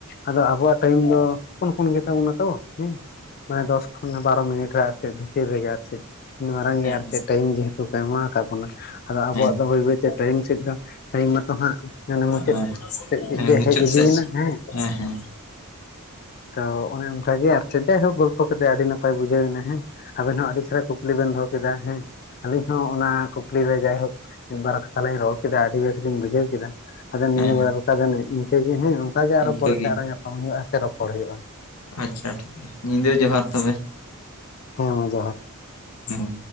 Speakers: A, on the left; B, on the left.
A: ᱟᱫᱚ ᱟᱵᱚᱣᱟᱜ ᱴᱟᱭᱤᱢ ᱫᱚ ᱦᱚᱯᱚᱱ ᱦᱚᱯᱚᱱ ᱜᱮᱛᱟ ᱵᱚᱱᱟ ᱛᱚ ᱦᱮᱸ ᱢᱟᱱᱮ ᱫᱚᱥ ᱠᱷᱚᱱ ᱵᱟᱨᱚ ᱢᱤᱱᱤᱴ ᱨᱮ ᱟᱨ ᱪᱮᱫ ᱵᱷᱤᱛᱤᱨ ᱨᱮᱜᱮ ᱟᱨ ᱪᱮᱫ ᱤᱱ ᱢᱟᱨᱟᱝ
B: ᱦᱮᱸ
A: ᱜᱮ ᱟᱨ ᱪᱮᱫ ᱴᱟᱭᱤᱢ ᱡᱮᱦᱮᱛᱩ ᱠᱚ ᱮᱢᱟᱣ ᱟᱠᱟᱫ ᱵᱚᱱᱟ ᱟᱫᱚ ᱟᱵᱚᱣᱟᱜ
B: ᱦᱮᱸ
A: ᱫᱚ ᱵᱟᱹᱭ ᱵᱟᱹᱭ ᱛᱮ ᱴᱟᱭᱤᱢ ᱥᱮᱫ ᱫᱚ ᱴᱟᱭᱤᱢ ᱢᱟᱛᱚ ᱦᱟᱸᱜ ᱦᱟᱱᱮ ᱢᱩᱪᱟᱹᱫ
B: ᱦᱮᱸ
A: ᱥᱮᱫ
B: ᱦᱮᱸ
A: ᱜᱮ
B: ᱢᱩᱪᱟᱹᱫ
A: ᱦᱮᱡ ᱤᱫᱤᱭ
B: ᱥᱮᱫ
A: ᱮᱱᱟ ᱦᱮᱸ
B: ᱦᱮᱸ ᱦᱮᱸ
A: ᱛᱚ ᱚᱱᱮ ᱚᱱᱠᱟ ᱜᱮ ᱟᱨ ᱪᱮᱫᱮ ᱦᱚᱸ ᱜᱚᱞᱯᱚ ᱠᱟᱛᱮᱜ ᱟᱹᱰᱤ ᱱᱟᱯᱟᱭ ᱵᱩᱡᱷᱟᱹᱣᱱᱟ ᱦᱮᱸ ᱟᱵᱮᱱ ᱦᱚᱸ ᱟᱹᱰᱤ ᱪᱮᱦᱨᱟ ᱠᱩᱠ ᱞᱤ ᱵᱮᱱ ᱫᱚᱦᱚ ᱠᱮᱫᱟ ᱦᱮᱸ ᱟᱞᱤᱧ ᱦᱚᱸ ᱚᱱᱟ ᱠᱩᱠᱞᱤ ᱨᱮ ᱡᱟᱭᱦᱳᱠ ᱢᱤᱫᱵᱟᱨ ᱠᱟᱛᱷᱟ ᱞᱤᱧ ᱨᱚᱲ ᱠᱮᱫᱟ ᱟᱹᱰᱤ ᱵᱮᱥᱞᱤᱧ ᱵᱩᱡᱷᱟᱹᱣ ᱠᱮᱫᱟ ᱟᱫᱚ ᱱᱤᱭᱟᱹ
B: ᱦᱮᱸ
A: ᱵᱟᱨ <inaudible> ᱫᱚ ᱤᱱᱠᱟᱹᱜᱮ ᱦᱮᱸ, ᱚᱝᱠᱟ ᱟᱨᱦᱚ
B: ᱤᱱᱠᱟᱹ
A: ᱯᱚᱨᱮᱛᱮ ᱟᱨᱚ ᱧᱟᱯᱟᱢ ᱦᱩᱭᱩᱜᱼᱟ ᱥᱮ ᱨᱚᱯᱚᱲ ᱦᱩᱭᱩᱜᱼᱟ᱾
B: ᱟᱪᱷᱟ ᱴᱷᱤᱠᱜᱮᱭᱟ, ᱧᱤᱫᱟᱹ ᱡᱚᱦᱟᱨ ᱛᱚᱵᱮ,
A: ᱦᱮᱸ ᱢᱟ ᱡᱚᱦᱟᱨ
B: ᱦᱩᱸ᱾